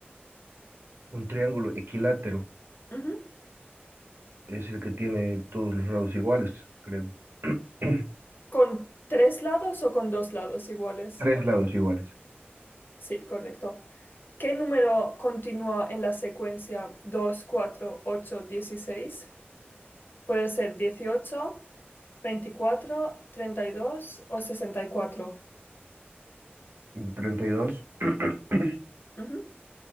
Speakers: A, on the right; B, on the left.
A: Un triángulo equilátero.
B: Ujú.
A: es el que tiene todos los lados iguales, creo. <clears throat> Tres
B: ¿Con tres lados o con dos lados iguales?
A: Pues lados iguales.
B: Sí, correcto. ¿Qué número continúa en la secuencia 2, 4, 8, 16? Puede ser dieciocho, veinticuatro, treinta y dos o 64.
A: treinta y dos <clears throat>
B: Ujú.